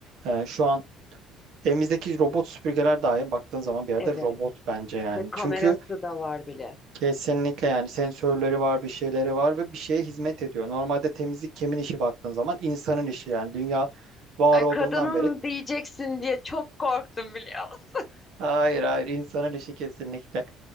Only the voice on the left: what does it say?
evet.
Ve kamerası
da var bile.
Ay
kadının
diyeceksin diye çok korktum biliyor musun?